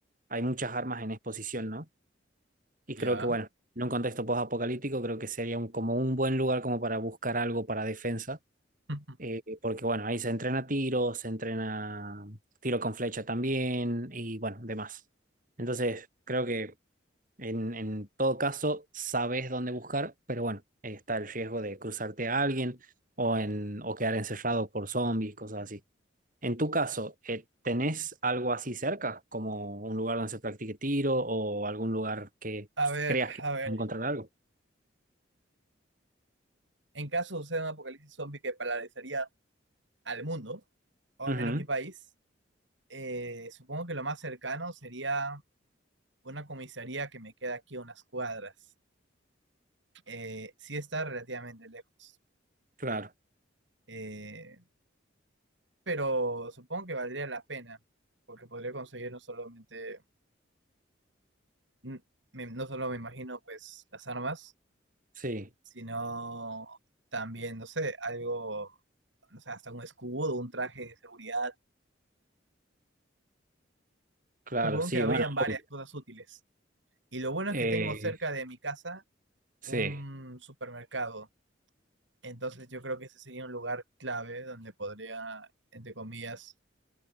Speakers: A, on the right; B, on the right.
A: hay muchas armas en exposición, ¿no? Y creo
B: Ya.
A: que, bueno, en un contexto post-apocalíptico, creo que sería un, como un buen lugar como para buscar algo para defensa,
B: <laughs>
A: eh, porque, bueno, ahí se entrena tiro, se entrena tiro con flecha también y, bueno, demás. Entonces, creo que en, en todo caso sabes dónde buscar, pero bueno, eh, está el riesgo de cruzarte a alguien o, en, o quedar encerrado por zombies, cosas así. En tu caso, eh, ¿tenés algo así cerca, como un lugar donde se practique tiro o algún lugar que
B: A
A: pues,
B: ver,
A: creas que
B: a ver.
A: vas a encontrar algo?
B: En caso suceda un apocalipsis zombie que paralizaría al mundo, o al
A: Ujú,
B: menos mi país, eh, supongo que lo más cercano sería una comisaría que me queda aquí a unas cuadras. Eh, sí está relativamente lejos,
A: Claro,
B: eh, pero supongo que valdría la pena, porque podría conseguir no solamente, n- me- no solo me imagino pues las armas,
A: sí,
B: sino también, no sé, algo, no sé, hasta un escudo, un traje de seguridad.
A: claro,
B: Supongo
A: sí,
B: que habrían
A: bueno,
B: varias
A: obvio.
B: cosas útiles. Y lo bueno
A: Eh,
B: es que tengo cerca de mi casa
A: sí,
B: un supermercado Entonces yo creo que ese sería un lugar clave donde podría, entre comillas,